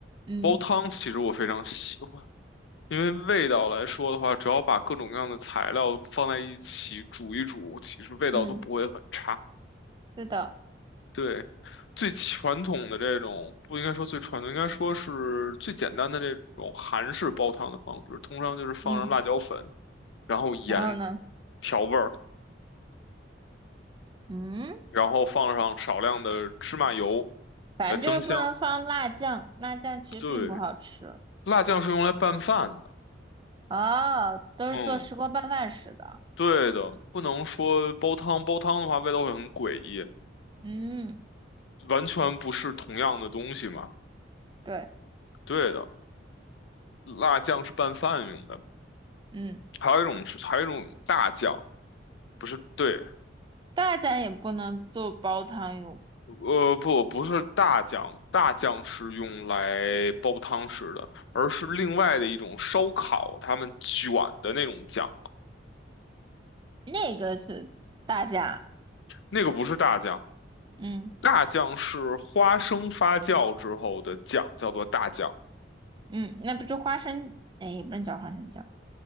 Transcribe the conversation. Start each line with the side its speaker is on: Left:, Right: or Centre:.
Right: 嗯
Left: 煲汤其实我非常喜欢，因为味道来说的话，只要把各种各样的材料放在一起煮一煮，其实味道都不会很差。
Right: 嗯，是的，
Left: 对，最传统的这种，不应该说最传统，应该说是最简单的这种韩式煲汤的方式，通常就是放上辣椒粉，
Right: 嗯，
Left: 然后盐
Right: 然后呢，
Left: 调味儿，
Right: 嗯，
Left: 然后放上少量的芝麻油
Right: 反正就是不能放辣酱，
Left: 来增香。
Right: 辣酱其实并不好吃。
Left: 对，辣酱是用来拌饭的。
Right: 哦，都是做石锅拌饭使的。
Left: 嗯。对的，不能说煲汤，煲汤的话味道会很诡异，
Right: 嗯，
Left: 完全不是同样的东西嘛。
Right: 对，
Left: 对的，辣酱是拌饭用的，
Right: 嗯，
Left: 还有一种是还有一种大酱，不是，对，
Right: 大家也不能做煲汤用，
Left: 呃，不，不是大酱，大酱是用来煲汤吃的，而是另外的一种烧烤，他们卷的那种酱，
Right: 那个是大家，
Left: 那个不是大酱，
Right: 嗯
Left: 大酱是花生发酵之后的酱，叫做大酱。
Right: 嗯，那不就花生，哎，也不能叫花生酱，